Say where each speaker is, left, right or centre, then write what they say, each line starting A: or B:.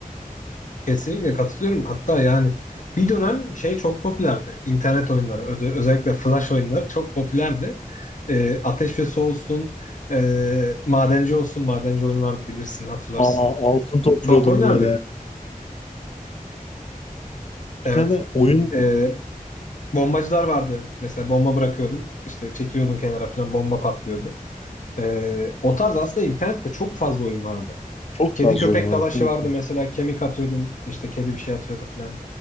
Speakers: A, on the left; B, on the left.
A: Kesinlikle katılıyorum. Hatta yani bir dönem şey çok popülerdi. İnternet oyunları öze- özellikle flash oyunları çok popülerdi. E, Ateş ve Su olsun, e, Madenci olsun. Madenci oyunu vardı bilirsin, hatırlarsın.
B: Aa, altın topluyordum
A: Çok oynardık.
B: böyle.
A: Evet.
B: Bir tane oyun
A: Ee, bombacılar vardı. Mesela bomba bırakıyordun. işte çekiliyordun kenara falan bomba patlıyordu. Ee, o tarz aslında internette çok fazla oyun vardı.
B: çok
A: Kedi
B: fazla
A: köpek
B: oyun vardı
A: dalaşı
B: tabii
A: vardı
B: ki.
A: mesela kemik atıyordun. işte kedi bir şey atıyordu falan.